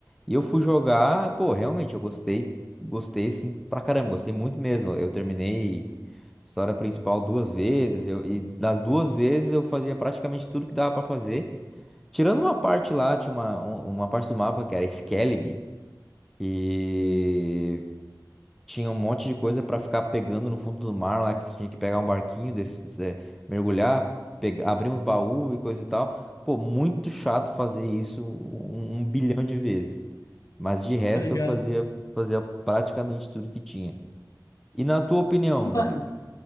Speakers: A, in the centre; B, on the left.
A: E eu fui jogar, pô, realmente, eu gostei, gostei assim pra caramba, gostei muito mesmo. Eu terminei a história principal duas vezes, eu, e das duas vezes eu fazia praticamente tudo que dava pra fazer. Tirando uma parte lá, tinha uma, um- uma parte do mapa que era Skellig, e tinha um monte de coisa pra ficar pegando no fundo do mar lá, que você tinha que pegar um barquinho, desses, eh, mergulhar, pega- abrir uns baús e coisa e tal. Pô, muito chato fazer isso um, um bilhão de vezes. Mas de resto
B: Tá ligado?
A: eu fazia, fazia praticamente tudo que tinha. E na tua opinião,
B: Mano,
A: né?